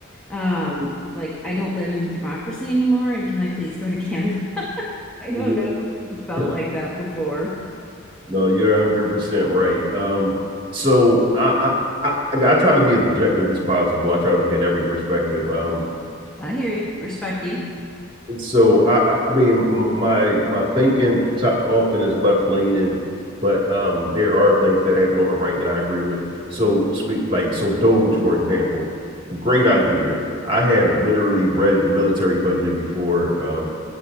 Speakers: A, in the centre; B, on the right.
A: um like I don't live in a democracy anymore and can I please go to Canada? <laughs> I don't
B: Yeah.
A: know if you felt
B: <laughs>
A: like that before.
B: No, you're 100% right. Um, so I, I, I, I try to be as objective as possible. I try to look at every perspective. Um,
A: I hear you. Respect you.
B: so I, I mean, my my thinking often is left leaning, but um, there are things that happen on the right that I agree with. So speak like so Doge, for example, great idea. I have literally read the military budget before um